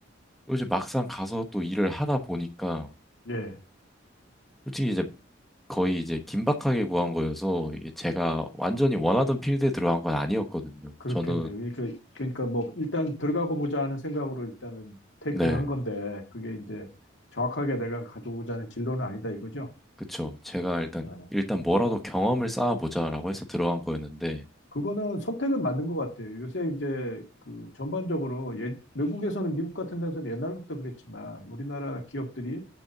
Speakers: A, in the centre; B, on the left (about 65°).
A: 이제 막상 가서 또 일을 하다 보니까
B: 네.
A: 솔직히 이제 거의 이제 긴박하게 구한 거여서 이게 제가 완전히 원하던 필드에 들어간 건 아니었거든요.
B: 그렇겠네요.
A: 저는
B: 그러니까, 그러니까 뭐, 일단 들어가고 보자 하는 생각으로 일단은 테이크를
A: 네.
B: 한 건데, 그게 이제 정확하게 내가 가져오자는 진로는 아니다 이거죠?
A: 그쵸. 제가 일단,
B: 네.
A: 일단 뭐라도 경험을 쌓아보자라고 해서 들어간 거였는데,
B: 그거는 선택은 맞는 것 같아요. 요새 이제 그 전반적으로 예, 외국에서는 미국 같은 데서는 옛날부터 그랬지만 우리나라 기업들이